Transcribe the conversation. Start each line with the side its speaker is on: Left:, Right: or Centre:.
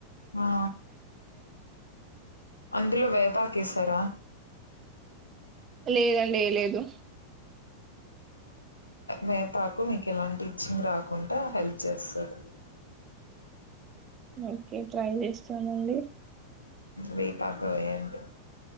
Left: ఆ అందులో వేపాకేశారా
Right: లేదండి ఏ లేదు
Left: వేపాకు మీకు ఎలాంటి ఇచ్చింగ్ రాకుండా హెల్ప్ చేస్తాది
Right: ఓకే ట్రై చేస్తానండి
Left: వెయ్యపాక వ్యండి